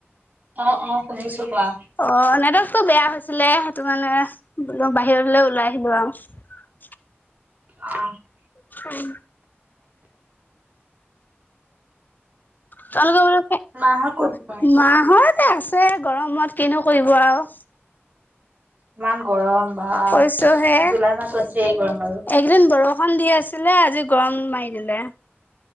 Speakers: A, on the right; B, on the left.
A: অ অ শুনিছো কোৱা।
B: অ নেটৱৰ্ক তো বেয়া হৈছিলে সেইটো মানে বোল বাহিৰলৈ ওলাই আহিলো আৰু <unintelligible>
A: অ
B: হয় <unintelligible> তালোক <unintelligible>
A: মাহত ক'ত তোমাৰ?
B: মা হত আছে গৰমত কিনো কৰিব আৰু
A: ইমান গৰম বা
B: কৈছো হে
A: জুলাই মাহটো আছে গৰম আৰু
B: এইকেইদিন বৰষুণ দি আছিলে আজি গৰম মাৰি দিলে